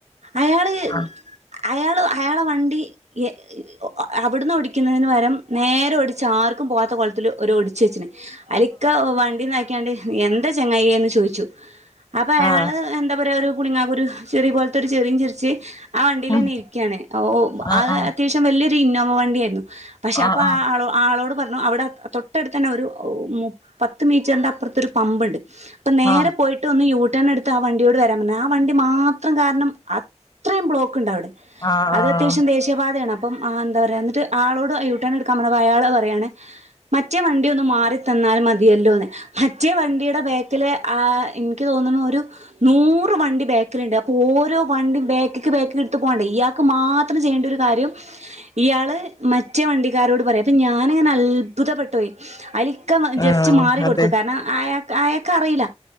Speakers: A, on the right; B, on the left.
A: അയാള്
B: ആഹ്
A: അയാൾ അയാളെ വണ്ടി എ ഒ അവിട്ന്ന് ഒടിക്കുന്നതിന് പകരം നേരെ ഒടിച്ച് ആർക്കും പോകത്ത കോലത്തിൽ ഒരു ഒടിച്ച് വെച്ച്ണ് അയിലിക്ക വണ്ടിതാക്കിയാണ്ട് എന്താ ചെങ്ങായെന്ന് ചോ ചോയിച്ചു അപ്പൊ അയാൾ
B: ആഹ് ആഹ് ആഹ്
A: എന്താ പറയാ ഒരു പുളിങ്ങാ കുരു ചിറി പോലത്തെ ഒരു ചിറിം ചിർച്ച് ആ വണ്ടിയിലെന്നെ
B: ഉം
A: ഇരിക്കാണ് ഓ
B: ആഹ്
A: അത്
B: ആഹ്
A: അത്യാവശ്യം വല്ല്യ ത് ഇന്നോവ വണ്ടിയായിരുന്നു പക്ഷെ
B: ആഹ് ആഹ്
A: അപ്പൊ
B: ആഹ്
A: ആ ആളോ ആളോട് പറഞ്ഞു അവിടെ തൊട് തൊട്ടടുത്ത് തന്നെ ഒരു മു പത്ത് മീറ്ററിൻ്റെ അപ്പർത്ത് ഒരു പമ്പ്ണ്ട്‌ അപ്പൊ നേരെ
B: ആഹ്
A: പോയിട്ട് ഒന്ന് യൂട് ട്ടൺ എടുത്ത് ആ വണ്ടിയോട് വരാൻ ണ് ആ വണ്ടി മാത്രം കാരണം അത്രയും ബ്ലോക്ക് ഇണ്ട് അവിടെ
B: ആഹ്
A: അത് അത്യാവശ്യം ദേശീയപാതയാണ് അപ് അപ്പം ആ എന്താ പറയാ ന്നട്ട് ആളോട് യു ട്ടേണ് ഇട്ക്കാൻ പറഞ്ഞപ്പോ അയാൾ പറയാണ് മറ്റേ വണ്ടി ഒന്ന് മാറിത തന്നാൽ മതിയല്ലോന്ന് മറ്റേ വണ്ടിയുടെ ബാക്കിൽ ആ ഇൻക്ക് തോന്നുണു ഒരു നൂ നൂറ് വണ്ടി ബാക്കിലിണ്ട് അപ്പോ ഓരോ വണ്ടി ബാക്ക്ക്ക് ബാക്ക്ക്ക് ഇട്ത്ത് പോണ്ടേ ഇയാ ക്ക് മാത്രം ചെയ്യേണ്ട ഒരു കാര്യം ഇയാള് മറ്റേ വണ്ടിക്കാരോട് പറയാ അപ്പം ഞാനിങ്ങനെ അത്ഭുതപ്പെട്ടോയി അയിൽ ഇ ക്ക ജസ്റ്റ്
B: ആഹ്
A: മാറി കൊടുത്തു
B: അതെ
A: കാരണം അയാ അയാക്ക് അറീല്ല